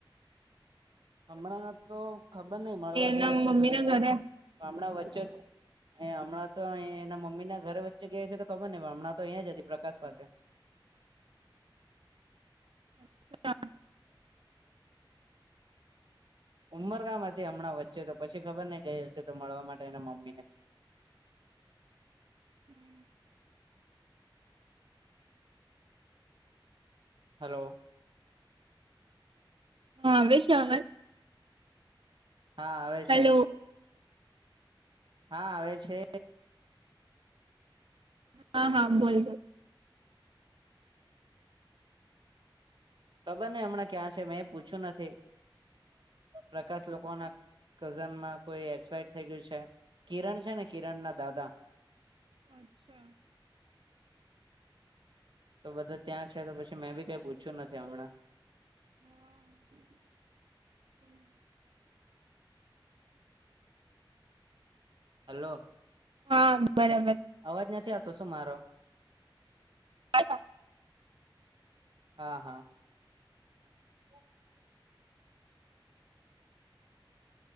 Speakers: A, on the right (about 65°); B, on the right (about 80°).
A: હમણાં તો ખબર નહ મળવા
B: કે એના
A: ગઈ હશે
B: મમ્મી
A: તો રિટર્ન
B: ના ઘરે
A: હમણાં વચ્ચત. એ હમણાં તો અ એના મમ્મી ના ઘરે વચ્ચે ગયા છે તો ખબર નહ પણ હમણાં તો અહીં જ હતી પ્રકાશ પાસે.
B: <inaudible>
A: ઉંમર કામ હતી હમણાં વચ્ચે તો પછી ખબર ન ગય હશે તો મળવા માટે મમ્મી ને.
B: <inaudible>
A: હલો.
B: હા આવે.
A: હા આવે
B: હેલો
A: છે હા આવે છે
B: હા હા બોલ
A: ખબર ને હમણાં ક્યાં છે મેં પૂછ્યું નથી પ્રકાશ લોકો ના કઝનમાં કોઈ એક્સપાયર થઈ ગયું છે કિરણ છે ને કિરણ ના દાદા
B: અચ્છા
A: તો બધા ત્યાં છે તો પછી મેં બી કઈ પૂછ્યું નથી હમણાં
B: <inaudible>
A: હલો
B: હા બરાબર
A: અવાજ નથી આવતો શું મારો
B: <inaudible>
A: હા હા હ